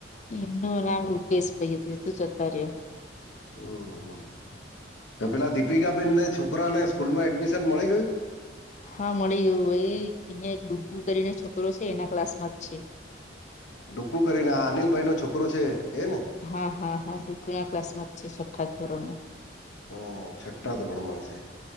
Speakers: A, on the left (about 40°); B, on the left (about 85°).
A: એમ નું નામ રૂપેશભાઈ હતું, એ તો જતા રહ્યા.
B: હા હ ઓ તો પેલા દીપિકાબેનને છોકરા ને સ્કૂલમાં એડમિશન મળી ગયું?
A: હા મળી ગયું ભાઈ અહિયાં એક ડૂગગું કરીને છોકરો છે એના ક્લાસમાં જ છે.
B: ડૂગું કરીને આ અનિલ ભાઈ નો છોકરો છે એ ને?
A: હા હા હા ડુગુ ના ક્લાસમાં જ છે, છઠ્ઠા ધોરણમાં.
B: હ છઠ્ઠા ધોરણ માં છે.